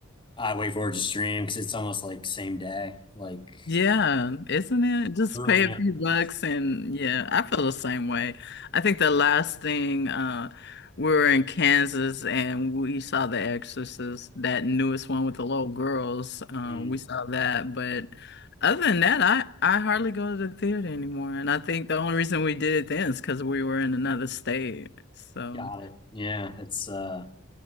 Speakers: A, on the left (about 25°); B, on the left (about 55°).
A: I wait for it to stream because it's almost like same day, like
B: Yeah, isn't it? Just
A: early
B: pay
A: next.
B: a few bucks
A: week.
B: and
A: Like,
B: yeah, I feel the same way. I think the last thing uh we were in Kansas and we saw The Exorcist, that newest one with the little girls. Um,
A: mm,
B: we saw that, but other than that, I I hardly go to the theater anymore. And I think the only reason we did it then is because we were in another state. So,
A: got it. Yeah, it's uh,